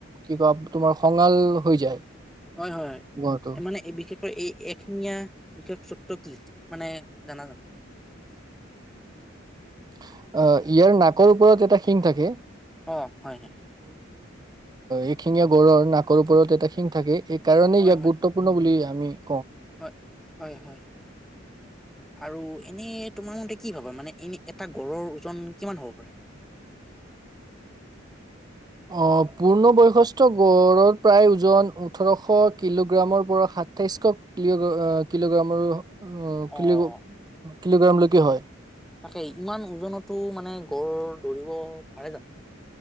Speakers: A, on the right; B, in the centre.
A: কি কোৱা? তোমাৰ খঙাল। হৈ যায়।
B: হয়- হয়- হয়
A: গড়টো
B: মানে বিশেষৰ এই এশঙিয়ীয়া বিশেষ চতক কি। মানে জানা জানো?
A: অ', ইয়াৰ নাকৰ ওপৰত এটা শিং থাকে।
B: অ', হয় -হয়
A: এখিঙীয়া গৰৰ ন। ওপৰত এটা শিং থাকে এই কাৰণে
B: হয়,
A: ইয়াক
B: হয়,
A: গুৰুত্বপূৰ্ণ বুলি। উম।
B: হয়- হয় - হয় আৰু এনে তোমাৰ মতে কি ভাবা মানে এনে। এটা গড়ৰ ওজন কিমান হ'ব পাৰে?
A: আহ ', পূৰ্ণবয়সস্থ গড়ৰ প্ৰায় ওজন ওঠৰশ কিলোগ্ৰামৰ পৰা সাতাইছশ ক কিলোগ্ৰামৰ অ',
B: অ',
A: কি কিলোগ্ৰামলৈকে হয়।
B: তাকে, ইমান ওজনতো মানে গঁড় দৌৰিব পাৰে জানো?